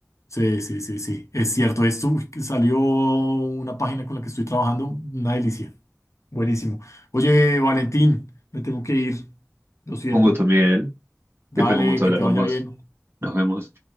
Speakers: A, on the left; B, on the right.
A: Sí, sí, sí, sí. sí. Es cierto. Esto uy, que salió una página con la que estoy trabajando. Una delicia. Buenísimo. Oye, Valentín, me tengo que ir. Lo siento.
B: Un gusto, Miguel.
A: Dale,
B: Siempre es un gusto
A: que
B: hablar
A: te
B: con
A: vaya
B: vos.
A: bien.
B: Nos vemos.